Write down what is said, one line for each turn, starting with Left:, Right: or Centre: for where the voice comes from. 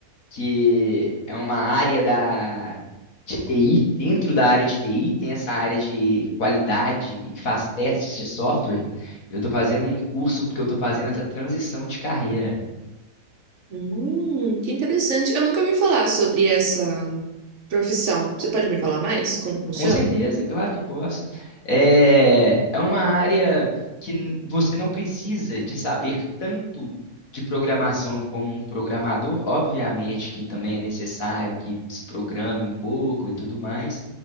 Left: que é uma área da, de TI, dentro da área de TI, tem essa área de qualidade e que faz testes de software. Eu tô fazendo um curso porque eu tô fazendo essa transição de carreira.
Right: Hum, que interessante. Eu nunca ouvi falar sobre essa profissão. Você pode me falar mais como funciona?
Left: Com certeza, claro que posso. É, é uma área que n- você não precisa de saber tanto de programação como um programador. Obviamente que também é necessário que se programe um pouco e tudo mais,